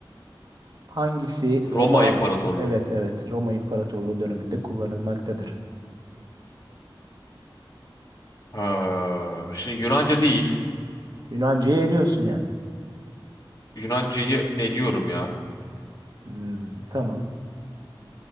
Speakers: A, on the right (about 50°); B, on the left (about 40°).
A: Hangisi Roma?
B: Roma İmparatorluğu.
A: Evet evet Roma İmparatorluğu döneminde kullanılmaktadır.
B: Ha, şimdi Yunanca değil.
A: Yunanca'yı eliyorsun yani.
B: Yunancayı ediyorum ya.
A: Hmm, tamam.